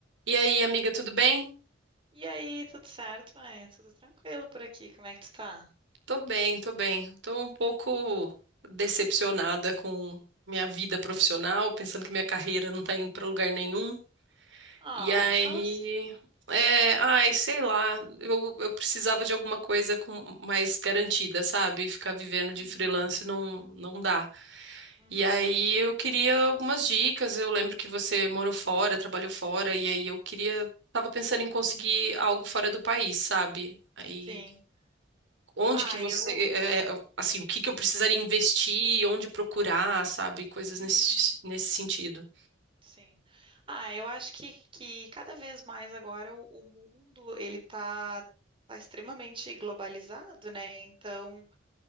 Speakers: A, on the right; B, on the right.
A: E aí, amiga, tudo bem?
B: E aí, tudo certo, mãe? Tudo tranquilo por aqui? Como é que tu tá?
A: Tô bem, tô bem. Tô um pouco decepcionada com minha vida profissional, pensando que minha carreira não tá indo pra lugar nenhum.
B: Ah,
A: E aí,
B: fala assim.
A: é, ai, sei lá, eu, eu precisava de alguma coisa com mais garantida, sabe? Ficar vivendo
B: Uhum,
A: de freelance não, não dá.
B: uhum,
A: E aí eu queria algumas dicas. Eu lembro que você morou fora, trabalhou fora, e aí eu queria, tava pensando em conseguir algo fora do país, sabe? Aí
B: sim.
A: onde
B: Ah,
A: que você,
B: eu.
A: é, é, assim, o que que eu precisaria investir, onde procurar, sabe? Coisas
B: Uhum,
A: nesse, nesse sentido.
B: sim. Ah, eu acho que, que cada vez mais agora o, o mundo ele tá, tá extremamente globalizado, né? Então,